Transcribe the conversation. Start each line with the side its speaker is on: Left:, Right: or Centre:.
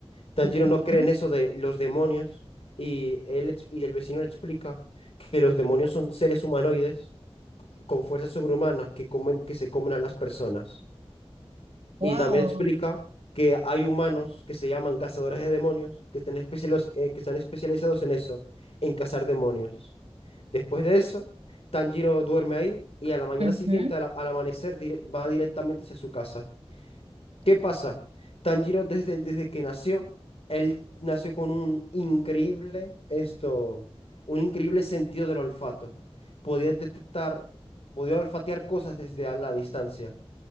Left: Tanjiro
Right: Ujú.
Left: no cree en eso de los demonios y, él, ex- y el vecino le explica que los demonios son seres humanoides con fuerza sobrehumana que comen, que se comen a las personas.
Right: Wow.
Left: Y también explica que hay humanos que se llaman cazadores de demonios que están especializados, que están especializados en eso, en cazar demonios. Después de eso, Tanjiro duerme ahí y a la mañana
Right: Ujú.
Left: siguiente, al, al amanecer, dire- va directamente hacia su casa. ¿Qué pasa? Tanjiro desde, desde que nació, él nació con un increíble, esto, un increíble sentido del olfato. Podía detectar, podía olfatear cosas desde a la distancia.